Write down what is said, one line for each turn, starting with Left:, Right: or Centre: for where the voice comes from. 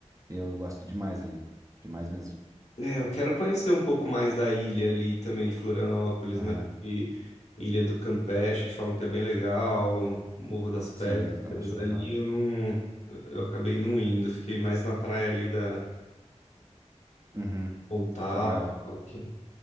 Right: Eu gosto demais ali. Demais mesmo.
Left: É, eu quero conhecer um pouco mais da ilha ali também de Florianópolis,
Right: Aham.
Left: né? E Ilha do Campeche, que falam que é bem legal, Morro das Pedras,
Right: Sim, ele tem uma paixão
Left: ali
Right: legal.
Left: eu não, eu acabei não indo, fiquei mais na praia ali da
Right: Uhum.
Left: Pontal,
Right: Da Brava.
Left: ok.